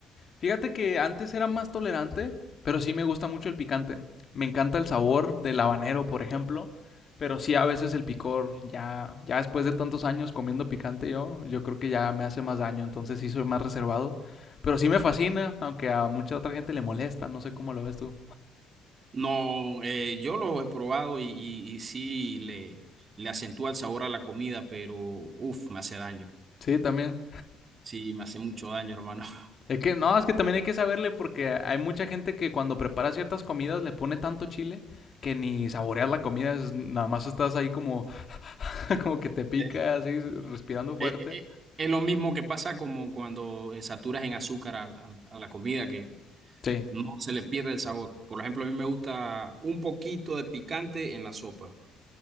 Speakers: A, on the left; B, on the right.
A: Fíjate que antes era más tolerante, pero sí me gusta mucho el picante. Me encanta el sabor del habanero, por ejemplo, pero sí a veces el picor, ya, ya después de tantos años comiendo picante yo, yo creo que ya me hace más daño, entonces sí soy más reservado. Pero sí me fascina, aunque a mucha otra gente le molesta, no sé cómo lo ves tú.
B: No, eh, yo lo he probado y, y, y sí le, le acentúa el sabor a la comida, pero uff, me hace daño.
A: Sí, también.
B: Sí, me hace mucho daño, hermano. <laughs>
A: Es que no, es que también hay que saberle porque hay mucha gente que cuando prepara ciertas comidas le pone tanto chile que ni saboreas la comida, es- nada más estás ahí como, <laughs> como que te pica,
B: Eh,
A: así, respirando fuerte.
B: Eh, eh, eh, es lo mismo que pasa como cuando eh, saturas en azúcar a, a- a la comida, que
A: Sí.
B: no se le pierde el sabor. Por ejemplo, a mí me gusta un poquito de picante en la sopa.